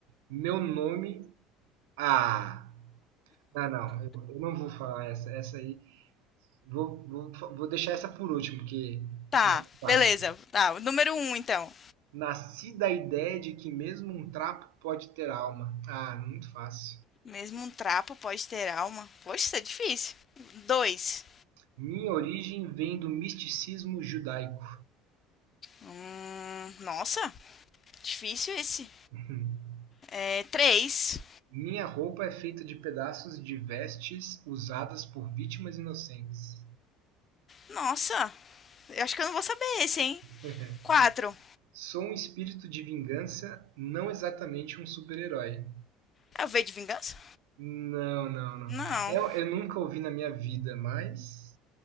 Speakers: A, on the right; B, on the left.
A: Meu nome Ah, não, não, eu, eu não vou falar essa, essa aí. Vou, vou, fa- vou deixar essa por último, porque
B: Tá,
A: não é muito fácil.
B: beleza. Tá, o número um, então.
A: Nasci da ideia de que mesmo um trapo pode ter alma. Ah, muito fácil.
B: Mesmo um trapo pode ter alma. Poxa, isso é difícil. dois
A: Minha origem vem do misticismo judaico.
B: Hum, nossa, difícil esse.
A: <laughs>
B: É, três
A: Minha roupa é feita de pedaços de vestes usadas por vítimas inocentes.
B: nossa, eu acho que eu não vou saber esse, hein?
A: <laughs>
B: quatro
A: Sou um espírito de vingança, não exatamente um super-herói.
B: É o V de Vingança?
A: Não, não, não.
B: Não.
A: Eu, eu nunca ouvi na minha vida, mas